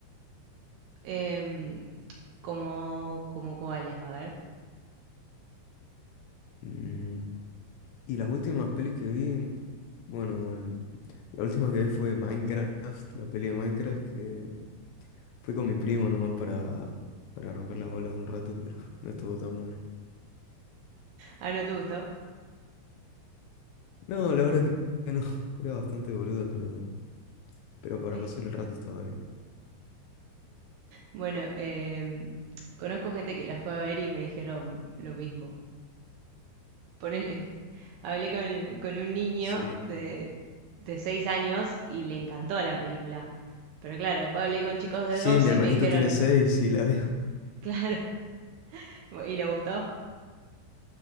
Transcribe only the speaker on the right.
em, como, como cuáles, a ver.
Ah, ¿no te gustó?
Es
que-
Bueno, em, conozco gente que la fue a ver y me dijeron lo mismo. Ponele, hablé con, con un niño
de, de 6 años y le encantó la película. Pero claro, después hablé con chicos de
12
y me dijeron,
claro, <laughs> ¿y le gustó?